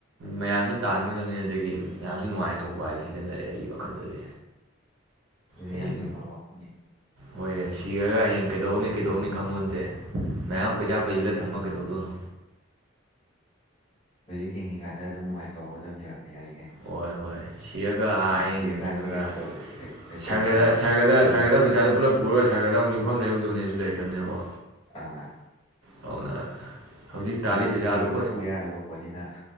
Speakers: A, on the right (about 70°); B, on the left (about 30°).
A: ꯃꯌꯥꯝꯁꯨ ꯇꯥꯟꯒꯗꯕꯅꯦ ꯑꯗꯒꯤ ꯃꯌꯥꯝꯁꯨ ꯅꯨꯡꯉꯥꯏ ꯊꯣꯛꯄ ꯍꯥꯏ ꯁꯤꯗ ꯂꯩꯔꯦ ꯑꯩꯒꯤ ꯋꯥꯈꯜꯗꯗꯤ
B: ꯑꯗꯨꯗꯤ
A: ꯍꯌꯦꯡ
B: ꯌꯥꯝ ꯆꯨꯝꯕ ꯋꯥꯐꯝꯅꯤ
A: ꯍꯣꯏ ꯁꯤꯔꯒ ꯍꯌꯦꯡ ꯀꯩꯗꯧꯅꯤ ꯀꯩꯗꯧꯅꯤ ꯈꯪꯄꯣꯟꯇꯦ ꯃꯌꯥꯝ ꯄꯩꯁꯥ ꯄꯩꯖꯤꯜꯂ ꯊꯝꯃ ꯀꯩ ꯇꯧꯗꯣꯏꯅꯣ
B: ꯍꯧꯖꯤꯛ ꯍꯤꯡꯉꯤꯀꯥꯟꯗ ꯑꯗꯨꯝ ꯅꯨꯡꯉꯥꯏꯊꯣꯛꯍꯧꯒꯗꯕꯅꯦꯕ ꯌꯥꯔꯤꯉꯩ
A: ꯍꯣꯏ ꯍꯣꯏ ꯁꯤꯔꯒ ꯑꯥꯌꯦꯡ
B: ꯁꯤꯔꯀꯥꯟꯗꯗꯤ
A: ꯀꯩꯅꯣꯗ
B: ꯀꯩꯁꯨ ꯇꯧ ꯀꯩꯁꯨ
A: ꯁꯥꯔꯒꯗ
B: ꯇꯧꯕꯁꯨ ꯌꯥꯔꯣꯏ
A: ꯁꯥꯔꯒꯗ
B: ꯄꯩꯁꯥ
A: ꯁꯥꯔꯒꯗ
B: ꯃꯌꯥꯝꯗꯣ
A: ꯄꯩꯁꯥꯗꯨ ꯄꯨꯜꯂꯞ ꯄꯨꯔꯒ ꯁꯥꯔꯒꯗ ꯑꯃꯨꯛ ꯌꯨꯝꯐꯝ ꯂꯩꯔꯨꯗꯣꯅꯦꯁꯨ ꯂꯩ ꯇꯨꯝꯅꯤꯡꯉꯕꯣ
B: ꯑꯥ
A: <unintelligible> ꯍꯧꯖꯤꯛ ꯇꯥꯜꯂꯤ
B: ꯁꯤ
A: ꯄꯩꯁꯥꯗꯨꯣ
B: ꯁꯤꯕꯗ
A: ꯍꯣꯏ
B: ꯄꯨ ꯌꯥꯔꯕ ꯄꯣꯠꯅꯤꯅ